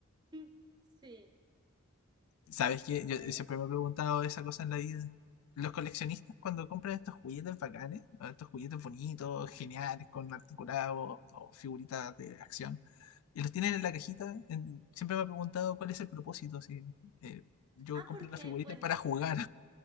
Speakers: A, on the right; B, on the left.
A: <laughs> Sí,
B: ¿Sabes qué? Yo
A: pues.
B: siempre me he preguntado esa cosa en la vida. Los coleccionistas cuando compran estos juguetes bacanes, o estos juguetes bonitos, geniales, con articulados o figuritas de acción, y los tienen en la cajita, en- siempre me he preguntado cuál es el propósito. Si, eh, yo
A: Ah,
B: compro
A: ¿por
B: las
A: qué?
B: figuritas
A: Pues
B: para jugar.